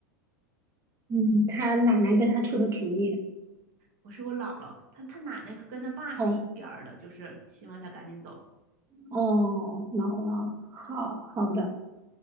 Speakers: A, on the right (about 30°); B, on the right (about 55°).
A: 嗯，她奶奶跟她出的主意。
B: 我是我姥姥，她她奶奶跟她爸是一边儿的，
A: 哦
B: 就是希望她赶紧走。
A: 哦，姥姥，好好的。